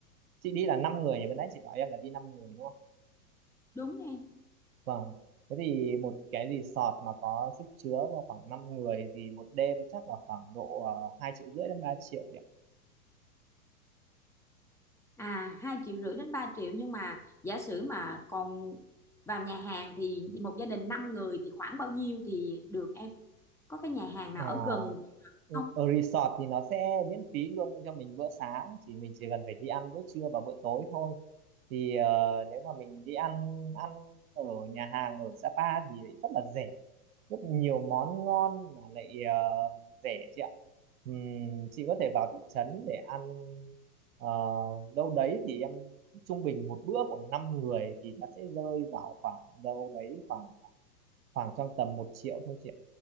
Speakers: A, on the right; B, in the centre.
A: chị đi là 5 người nhỉ bên nãy chị bảo em là đi 5 người đúng không
B: đúng em
A: vâng thế thì một cái resort mà có sức chứa vào khoảng 5 người thì một đêm chắc là khoảng độ uh, 2 triệu rưỡi đến 3 triệu nhỉ
B: À, hai triệu rưỡi đến ba triệu nhưng mà giả sử mà còn vào nhà hàng thì một gia đình 5 người thì khoảng bao nhiêu thì được em? Có cái nhà hàng
A: Ờ,
B: nào ở gần
A: Ừ,
B: không?
A: Ở resort thì nó sẽ miễn phí luôn cho mình bữa sáng chỉ mình chỉ cần phải đi ăn bữa trưa và bữa tối thôi thì ờ, nếu mà mình đi ăn ăn ở nhà hàng ở Sapa thì lại rất là rẻ rất nhiều món ngon mà lại ờ, rẻ chị ạ Ừm, chị có thể vào thị trấn để ăn ờ, đâu đấy thì em trung bình một bữa của 5 người thì nó sẽ rơi vào khoảng đâu đấy khoảng khoảng trong tầm một triệu thôi chị ạ